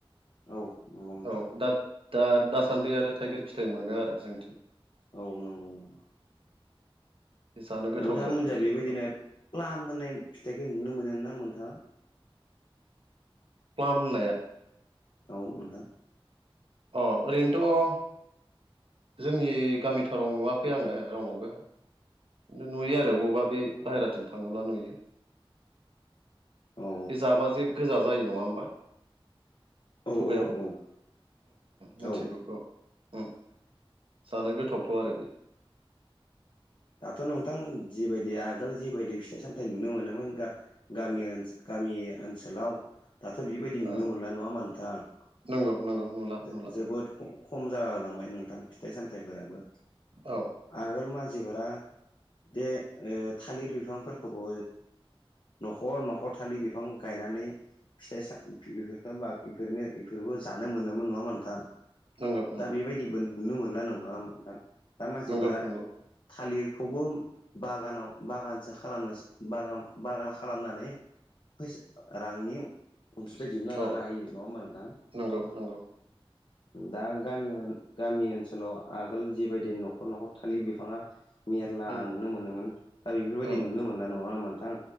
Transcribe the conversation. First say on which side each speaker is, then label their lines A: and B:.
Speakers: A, on the left; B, on the right.
A: औ नंगौ नोंथां
B: औ दा दा दासान्दि आरो थाइगिर फिथाइ मोनो आरो जोंथिं
A: औ नंगौ नंगौ।
B: जानो
A: नोंथांमोनजा
B: गोथाव जायो ओंख्रिफोराव
A: बेबायदिनो प्लाम मोननाय फिथाइखौ नुनो मोनो ना मोनथाङा?
B: प्लाम होननाया
A: औ नोंथां।
B: अ ओरैनोथ' जोंनि गामिथाराव नुवाखै आङो रावनावबो खिन्थु नुयो आरो
A: औ
B: बबावबा बे
A: औ
B: बाहेराथिं थाङोब्ला नुयो।
A: औ
B: बे जाबा जे गोजा जायो नङा होमबा!
A: औ
B: खुगायाव
A: औ औ
B: मिथिगौ
A: औ
B: औ। जानो गोथावथ' आरो बियो।
A: दाथ' नोंथां जिबायदि आगोल जिबायदि फिथाइ सामथायाइ नुनो मोनोमोन बा गामि ओ गामि ओनसोलाव दाथ' बिबायदि नुनो
B: ओं
A: मोनला नङामा नोंथां
B: नंगौ नंगौ नुला नुला
A: जोबोद खम जाहोलांबाय नोंथां फिथाइ सामथाइफोराबो
B: औ।
A: आगोल मानसिफोरा बे थालिर बिफांफोरखौबो नखर नखर थालिर बिफां गायनानै फिथाइ स बेफोरफोरखौ ब इफोरनो बेफोरखौ जानो मोनोमोन नङामोन नोंथां?
B: नंगौ नंगौ
A: दा बेबायदिबो नुनो मोनला नङा ना नोंथां दा मानसिफोरा
B: नंगौ नंगौ
A: थालिरखौबो बागानाव बागानसो खालामनोागान बागान खालामनानै फैसा रांनि अनसुंथाइ दिहुनना
B: औ
A: लानो हायो नङा होमबा नोंथां?
B: नंगौ नंगौ
A: दा गाम गामि ओनसोलाव आगोल जिबायदि न'खर न'खर खालि बिफाङा मेरला
B: उम
A: नुनो मोनोमोन दा बेफोरबायदि
B: उम
A: नुनो मोनना नङा होमबा नोंथां?